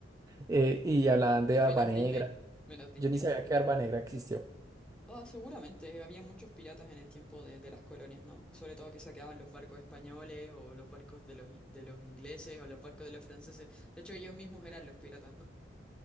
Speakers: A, on the right (about 20°); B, in the centre.
A: Eh, y hablaban de Barba
B: Menos
A: Negra.
B: Disney, menos Disney.
A: Yo ni sabía que Barba Negra existió.
B: Ah, seguramente había muchos piratas en el tiempo de, de las colonias, ¿no? Sobre todo que saqueaban los barcos españoles o los barcos de los, i- de los ingleses o los barcos de los franceses. De hecho, ellos mismos eran los piratas, ¿no?